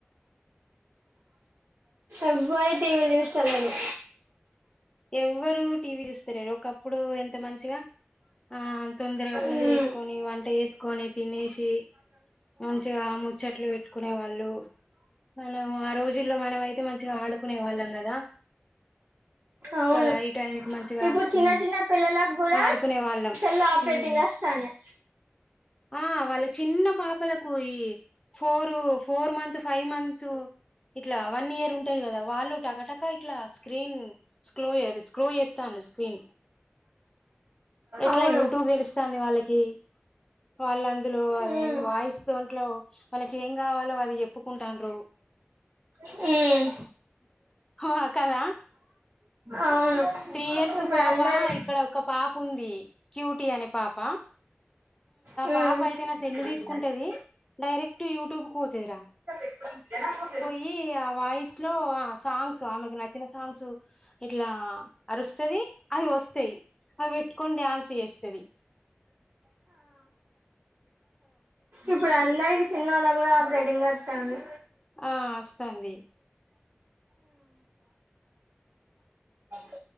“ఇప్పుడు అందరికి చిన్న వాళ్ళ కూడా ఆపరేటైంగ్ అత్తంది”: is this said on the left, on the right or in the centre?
Right